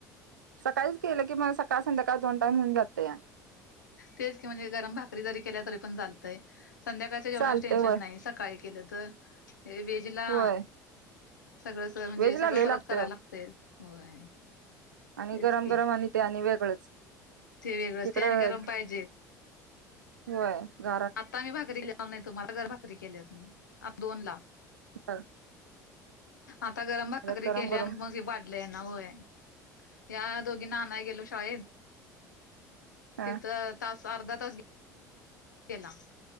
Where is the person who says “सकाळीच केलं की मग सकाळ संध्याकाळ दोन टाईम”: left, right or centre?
Right